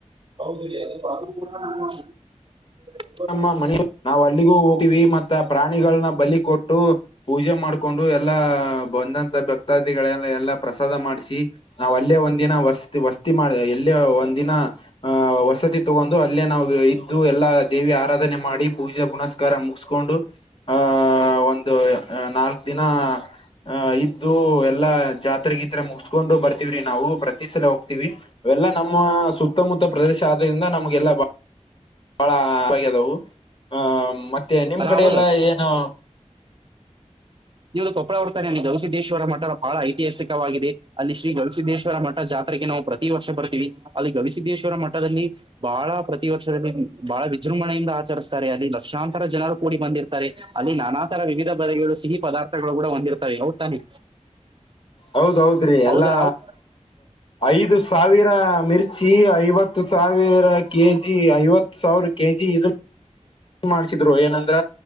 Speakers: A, on the right; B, on the left.
A: ಹೌದ ರೀ ಅದು ಕಡ <inaudible>
B: ನಮ್ಮ ಮನೆಯ್ ನಯವು ಅಲ್ಲಿಗೂ ಹೋಗವಿ ಮತ್ತ ಪ್ರಾಣಿಗಳನ್ನ ಬಲಿ ಕೊಟ್ಟು ಪೂಜೆ ಮಾಡ್ ಕೊಂಡು ಎಲ್ಲಾ ಬಂದಂತ ಭಕ್ತಾದಿಗಳೆಲ್ಲ ಎಲ್ಲಾ ಪ್ರಸಾದ ಮಾಡ್ಸಿ ನಾವ್ ಅಲ್ಲೇ ಒಂದಿನ ಹೊಸ್ ವಸತಿ ಮಾಡ ಎಲ್ಲೇ ಒಂದು ದಿನ ಅಹ ವಸತಿ ತಗೊಂಡು ಅಲ್ಲೇ ನಾವು ಇದ್ದು ಎಲ್ಲಾ ದೇವಿ ಆರಾಧನೆ ಮಾಡಿ ಪೂಜೆ ಪುನಸ್ಕಾರ ಮುಗಿಸಕೊಂಡು ಆಹ ಒಂದು ನಾಲ್ಕ್ ದಿನ ಹ ಇದ್ದು ಎಲ್ಲಾ ಜಾತ್ರೆಗಿತ್ರೆ ಮುಗಿಸ್ ಕೊಂಡು ಬರ್ತವ್ರಿ ನಾವು ಪ್ರತಿ ಸಲ ಹೋಗ್ತಿವಿ ಇವೆಲ್ಲಾ ನಮ್ಮ ಸು ತ್ತಮುತ್ತ ಪ್ರದೇಶ ಅದರಿಂದ ನಮಗೆಲ್ಲಾ ಬಹಳ ಆದವು ಆ ಮತ್ತೆ ನಿಮ್
A: ರಾಹುಲ್
B: ಕಡೆ ಎಲ್ಲಾ ಏನು
A: ಇವದು ಕೊಪ್ಪಳ ಅವರುತ್ತಾನೆ ಅಲ್ಲಿ ಗವಿಸಿದೇಶ್ವರ ಮಠ ಬಹಳ ಐತಿಹಾಸಿಕವಾಗಿದೆ ಅಲ್ಲಿ ಶ್ರೀ ಗವಿಸಿದೇಶ್ವರ ಮಠ ಜಾತ್ಗೆ ನಾವು ಪ್ರ ತಿ ವರ್ಷ ಬರ್ತೀವಿ ಅಲ್ಲಿ ಗವಿಸಿದ್ದೇಶ್ವರ ಮಠದಲ್ಲಿ ಬಹಳ ಪ್ರತಿ ವರ್ಷದಲ್ಲಿ ಬಹಳ ವಿಜೃಂಭಣೆಯಿಂದ ಆಚರಿಸ್ತಾರೆ ಅಲ್ಲಿ ಲಕ್ಷಾಂತರ ಜನರು ಕೂಡಿ ಬಂದಿರ್ ತ್ತಾರೆ ಅಲ್ಲಿ ನಾನಾ ತರ ವಿವಿಧ ಬದೆಗಳು ಸಿಹಿ ಪದಾರ್ಥಗಳು ಕೂಡ ಹೊಂದಿರ್ತವೆ ಹೌದು ತಾನೆ
B: ಹೌದೌದ್ರಿ
A: ಹೌದು
B: ಎಲ್ಲಾ
A: ರಾಹುಲ್
B: ಐದು ಸಾವಿರ ಮಿರ್ ಚಿ ಐವತ್ತು ಸಾವಿರ ಕೆಜಿ ಐವತ್ತು ಸಾವಿರ ಕೆಜಿ ಇದ್ ದು ಮಾಡ್ಸಿದ್ರು ಏನಂದ್ರ